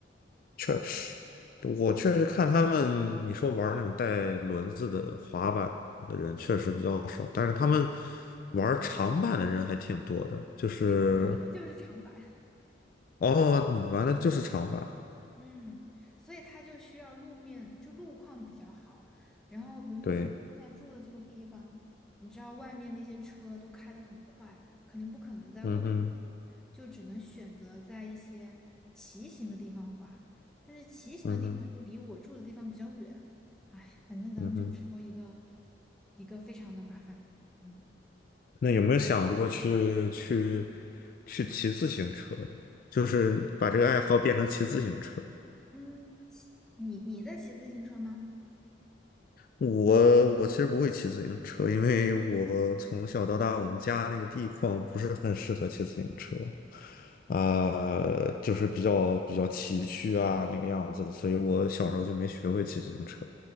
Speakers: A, on the left; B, in the centre.
A: 确实，我确实看他们，你说玩那种带轮子的滑板的人确实比较少，但是他们玩长板的人还挺多的。就是，
B: 我的就是长板。
A: 哦，你玩的就是长板，
B: 嗯，所以它就需要路面，就路况比较好。然后，比如说我现在住的这个地方，
A: 对，
B: 你知道外面那些车都开得很快，肯定不可能在路上滑，
A: 嗯哼，
B: 就只能选择在一些骑行的地方滑。但是骑行的地方又离我住的地方比较远，
A: 嗯哼，
B: 哎，反正咱们就说一个
A: 嗯哼。
B: 一个非常的麻烦。嗯
A: 那有没有想过去去
B: 嗯
A: 去骑自行车？就是把这个爱好变成骑自行车？
B: 嗯，骑你你在骑自行车吗？
A: 我我其实不会骑自行车，因为我从小到大，我们家那个地方不是很适合骑自行车，
B: 哦。
A: 啊、就是比较比较崎岖啊那个样子的，所以我小时候就没学会骑自行车。